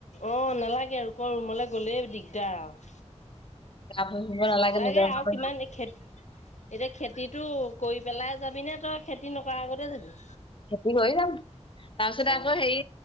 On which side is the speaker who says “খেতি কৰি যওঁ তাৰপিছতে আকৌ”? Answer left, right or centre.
Left